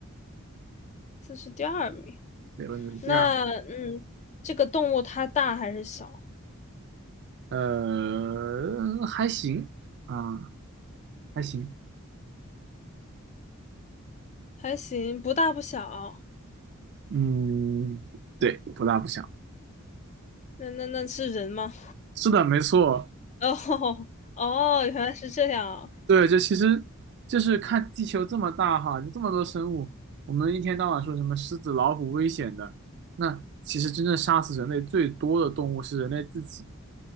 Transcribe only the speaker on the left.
这是第二名。
那嗯，这个动物它大还是小？
还行，不大不小。
那那那是人吗？
<laughs> 哦哦，原来是这样啊。